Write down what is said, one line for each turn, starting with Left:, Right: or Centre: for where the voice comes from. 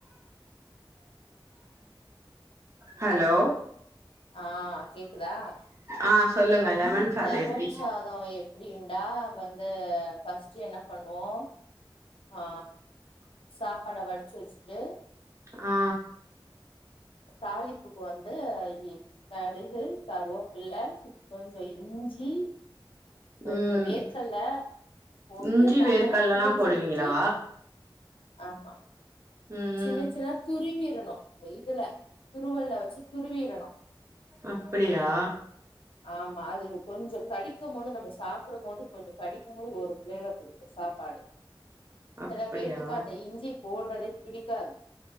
Right: ஹலோ
Left: ஆ கேக்குதா
Right: ஆ சொல்லுங்க லெமன் சாதோ
Left: லெமன்
Right: எப்டி
Left: சாதோ எப்டிண்டா வந்து பர்ஸ்ட் என்ன பண்ணுவோ ஆ சாப்பாட வடிச்சு வச்சுட்டு
Right: ஆ
Left: தாளிப்புக்கு வந்து எ கடுகு கருவேப்பில்ல கொஞ்சோ இஞ்சி கொஞ்சோ
Right: ம்
Left: வேர்கல்ல போட்டு
Right: இஞ்சி
Left: லெமன
Right: வேர்கல்லலா
Left: பிழிஞ்சு
Right: போடுவீங்களா
Left: விட்டு ஆமா
Right: ம்
Left: சின்ன சின்னா தா துருவிரணு இதுல துருவல்ல வச்சு துருவிரணு
Right: அப்டியா
Left: ஆமா அது கொஞ்சோ கடிக்கு போது நம்ம சாப்பிடும் போது கொஞ்சோ கடிக்கும்போது ஒரு ஃபிளேவர் <unintelligible> சாப்பாடு
Right: <inaudible> அப்படியா
Left: சில பேத்துக்க அந்த இஞ்சி போடுறதே பிடிக்காது